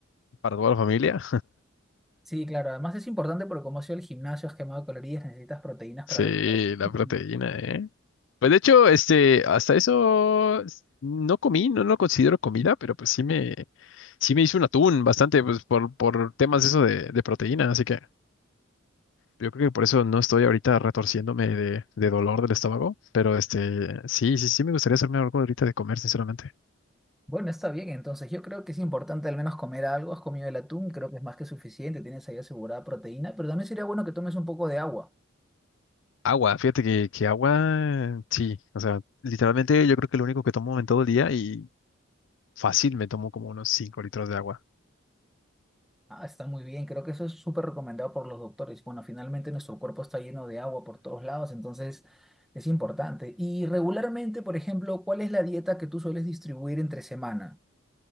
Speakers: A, on the left; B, in the centre.
A: para toda la familia.
B: Sí, claro. Además es importante porque como ha sido el gimnasio, has quemado calorías, necesitas proteínas
A: Sí,
B: para recuperar tus
A: la
B: músculos.
A: proteína, ¿eh? Pues de hecho, este, hasta eso s- no comí, no lo considero comida, pero pues sí me, sí me hice un atún bastante, pues por, por temas eso de, de proteína, así que yo creo que por eso no estoy ahorita retorciéndome de, de dolor del estómago, pero este, sí, sí, sí me gustaría hacerme algo ahorita de comer, sinceramente.
B: Bueno, está bien. Entonces yo creo que es importante al menos comer algo. Has comido el atún, creo que es más que suficiente. Tienes ahí asegurada proteína, pero también sería bueno que tomes un poco de agua.
A: Agua, fíjate que, que agua, sí, o sea, literalmente yo creo que lo único que tomo en todo el día y fácil me tomo como unos 5 litros de agua.
B: Ah, está muy bien. Creo que eso es súper recomendado por los doctores. Bueno, finalmente nuestro cuerpo está lleno de agua por todos lados, entonces es importante. Y regularmente, por ejemplo, ¿cuál es la dieta que tú sueles distribuir entre semana?